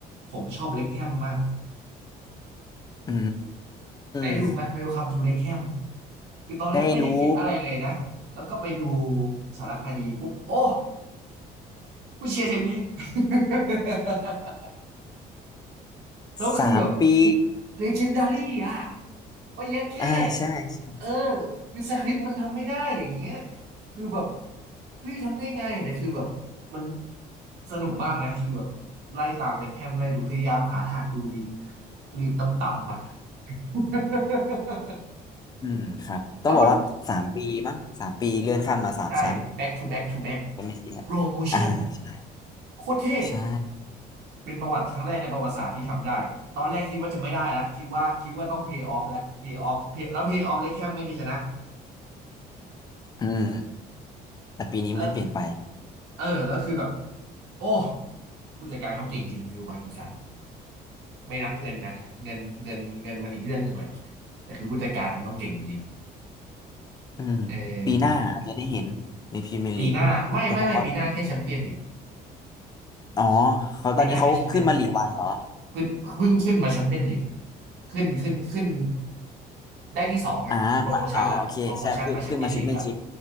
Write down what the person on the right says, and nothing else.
ผมชอบเล็คแฮมมาก
ได้ดูไหม
e l ลค m มทูเล็คแฮมคือตอนแรกไม่ได้คิดอะไรเลยนะแล้วก็ไปดู
สารคดีปุ๊บโอ้กูเชียร์ทีมนี้ <laughs> แล้วคือแบบ
legendary อ่ะก็เยอะแค่
เออคือสคริปต์มันทำไม่ได้อย่างเงี้ยคือแบบเฮ้ยทำได้ไงแต่คือแบบมันสนุกมากนะคือแบบไล่ตามเด็กแฮมไล่ดูพยายามหาทางดูดีลีกต่ำๆอ่ะ <laughs>
แล้วมันใช่ back to back to back
promotion โมชั่นโคตรเท่
เป็นประวัติครั้งแรกในประวัติศาสตร์ที่ทำได้ ตอนแรกคิดว่าจะไม่ได้แล้ว คิดว่าคิดว่าต้อง pay off แล้ว pay off pay แล้ว pay off เล็กแคมไม่เคยชนะ
ก็คือเออแล้วคือแบบโอ้ผู้จัดการเขาเก่งจริงฟิลพาร์กินสันไม่นับเงินนะเงินเงินเงินมันอีกเรื่องหนึ่งแหละแต่คือผู้จัดการมันต้องเก่งจริง
เออ
ปีหน้าไม่ไม่ไม่ปีหน้าแค่แชมเปี้ยนลีก
ปีหน้าแค่แชมเปี้ยนลีก ขึ้นเพิ่งขึ้นมาแชมเปี้ยนลีกขึ้นขึ้นขึ้นได้ที่สองอ่ะโปรโมชั่นละโปรโมชั่นมาแชมเปี้ยนลีกละ